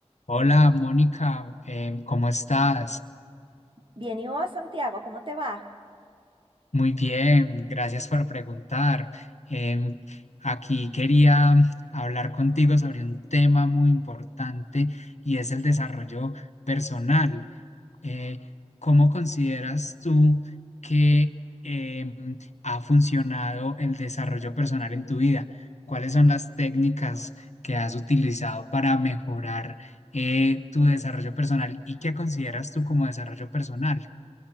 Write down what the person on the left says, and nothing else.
Hola, Mónica, em, ¿cómo estás?
Muy bien, gracias por preguntar. Em, aquí quería hablar contigo sobre un tema muy importante y es el desarrollo personal. eh, ¿cómo consideras tú que em, ha funcionado el desarrollo personal en tu vida? ¿Cuáles son las técnicas que has utilizado para mejorar eh, tu desarrollo personal y qué consideras tú como desarrollo personal?